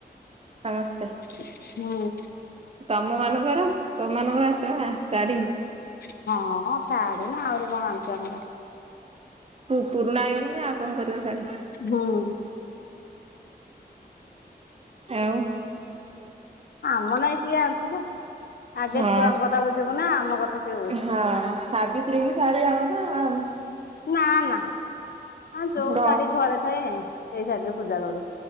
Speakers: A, on the right; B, on the left.
A: ସମସ୍ତେ
B: ହୁଁ।
A: ତମମାନଙ୍କର ତମମାନଙ୍କର ଆସିବ ନା ଶାଢୀ।
B: ହଁ ଶାଢୀ ନା ଆହୁରି କଣ ଆଣୁଛି ଆମର।
A: ହୁ ପୁରୁଣା ହେଇଗଲୁଣି ଆଉ କଁ କରିବ ଶାଢୀ।
B: ହଁ।
A: ଆଉ
B: ଆମ ନାଗି କିଏ ଆଣୁଚି ଲୋ ଆଗେ
A: ହଁ।
B: ଛୁଆଙ୍କ କଥା ବୁଝିବୁ ନା ଆମ କଥା କିଏ ବୁଝୁଚି।
A: ହଁ ସାବିତ୍ରୀ କି ଶାଢୀ ଆଣୁ ନା।
B: ନାଁ ନାଁ ଆମର ଯୋଉ
A: ରହ
B: ଶାଢୀ ଘରେ ଥାଏ ସେଇ ଶାଢୀରେ ପୂଜା କରୁ।